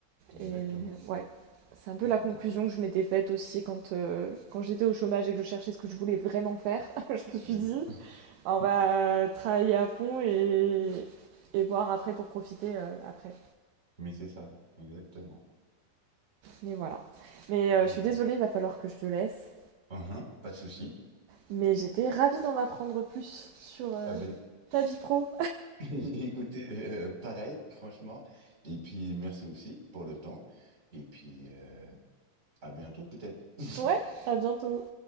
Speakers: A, on the right; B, on the right.
A: Exactement.
B: Et ouais, c'est un peu
A: Mm,
B: la
A: mm,
B: conclusion
A: mm.
B: que je m'étais faite aussi quand, euh, quand j'étais au chômage et que je cherchais ce que je voulais vraiment faire. <laughs> Je me suis
A: Oui.
B: dit,
A: <laughs>
B: bah, on va travailler à fond et, et voir après pour profiter euh, après.
A: Mais c'est ça, exactement.
B: Mais voilà. Mais euh,
A: Et
B: je suis
A: bon.
B: désolée, il va falloir que je te laisse.
A: Uhum, pas de souci.
B: Mais j'étais ravie d'en apprendre plus sur euh,
A: Eh ben,
B: ta vie pro.
A: <laughs> Écoutez, euh, pareil, franchement. Et puis, merci aussi pour le temps. Et puis, euh, à bientôt, peut-être. <laughs>
B: Ouais, à bientôt.